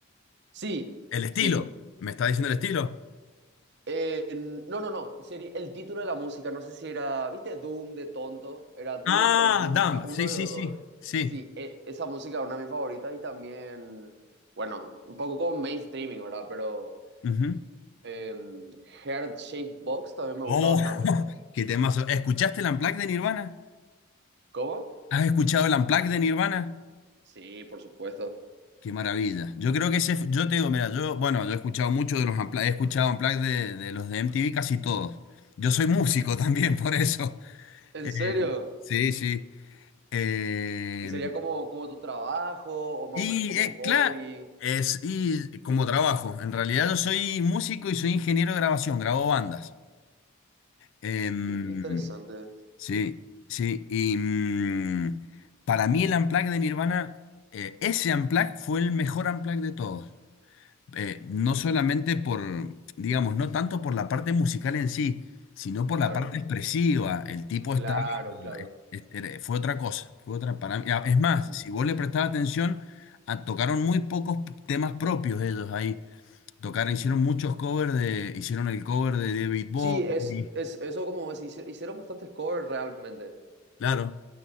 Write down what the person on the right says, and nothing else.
Sí,
sí.
Eh, no, no, no. Sería el título de la música. No sé si era, ¿viste? Doom de tonto. Era Doom
o Numb.
Era uno
de
los
dos.
Sí, e- esa música es una de mis favoritas y también, bueno, un poco mainstreaming, ¿verdad? Pero
em, Heart Shape Box también me gusta
bastante.
¿Cómo?
Sí, por supuesto.
¿En
serio?
¿Y sería como, como tu trabajo o más
o menos como hobby?
Mira qué interesante.
Claro,
claro,
claro.
Ujú.
Sí, es, es eso como es, hice- hicieron bastantes covers realmente.